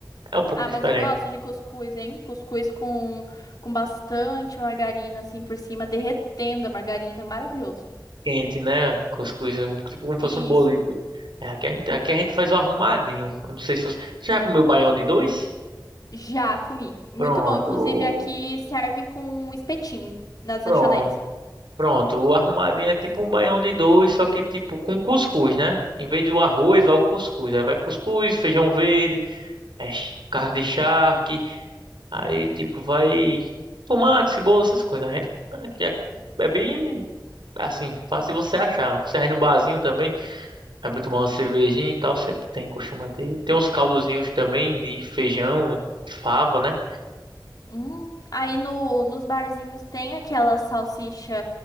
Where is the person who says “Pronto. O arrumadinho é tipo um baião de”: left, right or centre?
Right